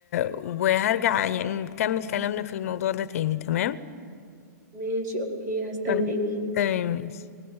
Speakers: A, on the left; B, on the right.
A: وهرجع يعني نكمل كلامنا في الموضوع ده تاني تمام
B: ماشي اوكي هستناكي
A: خلاص. تمام ماشي